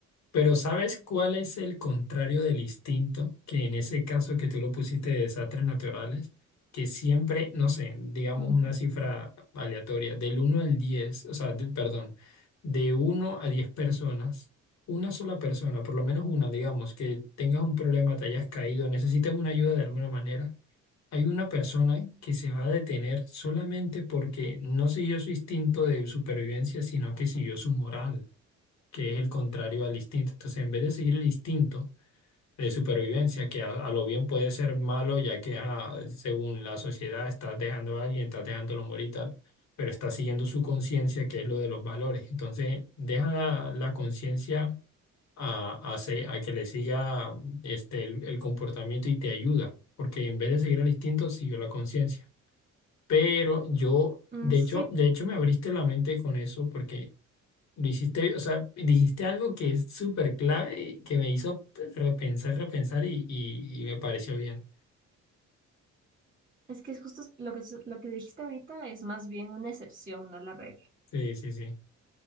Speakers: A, on the left; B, on the right.
A: Pero ¿sabes cuál es el contrario del instinto? Que en ese caso que tú lo pusiste de desastres naturales, que siempre, no sé, digamos
B: Mm,
A: una cifra aleatoria, del uno al 10 o sea, de- perdón, de uno a 10 personas, una sola persona, por lo menos una, digamos, que tengas un problema, te hayas caído, necesitas una ayuda de alguna manera, hay una persona que se va a detener solamente porque no siguió su instinto de supervivencia, sino que siguió su moral que es el contrario al instinto. Entonces, en vez de seguir el instinto de supervivencia, que a, a lo bien puede ser malo, ya que ajá, según la sociedad estás dejando a alguien, estás dejándolo morir y tal, pero estás siguiendo su conciencia, que es lo de los valores. Entonces, deja la, la conciencia a, a, se- a que le siga este, el, el comportamiento y te ayuda, porque en vez de seguir el instinto, siguió la conciencia. Pero yo,
B: mm,
A: de
B: Sí,
A: hecho, de hecho me abriste la mente con eso, porque... Lo hiciste, o sea, dijiste algo que es súper clave y que me hizo repensar, repensar y, y, y me pareció bien.
B: Es que es justo lo que, lo que dijiste ahorita es más bien una excepción, no la regla.
A: Sí, sí, sí.